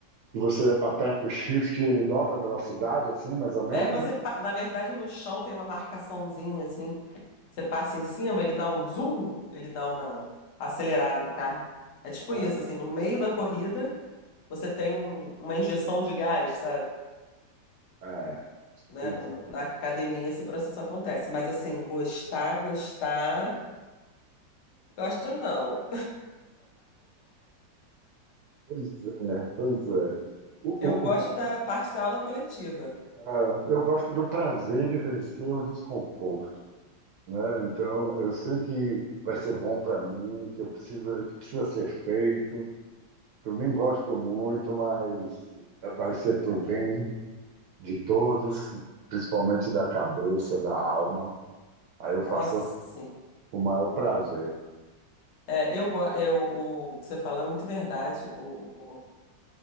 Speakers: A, on the right; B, on the left.
A: E você aperta o shift e ele dobra a velocidade, assim, mais ou menos?
B: É, você, pa- na verdade, no chão tem uma marcaçãozinha assim. Você passa em cima, ele dá um zoom, ele dá uma acelerada no carro. É tipo
A: É,
B: isso, assim, no meio
A: tá.
B: da corrida, você tem um- uma injeção de gás, sabe?
A: É,
B: Né?
A: pois
B: O- Na academia esse processo acontece. Mas assim, gostar, gostar, gosto não.
A: Pois é, pois é. O,
B: Eu
A: o,
B: gosto
A: o pra-
B: da parte da aula coletiva.
A: ah, eu gosto do prazer de vencer o desconforto, né? Então, eu sei que vai ser bom para mim, que eu preciso, que precisa ser feito, que eu nem gosto muito, mas vai ser para o bem de todos, principalmente da cabeça, da alma. Aí eu faço
B: Nossa, sim.
A: com o maior prazer.
B: É, eu, go- é, o, o que você falou é muito verdade. O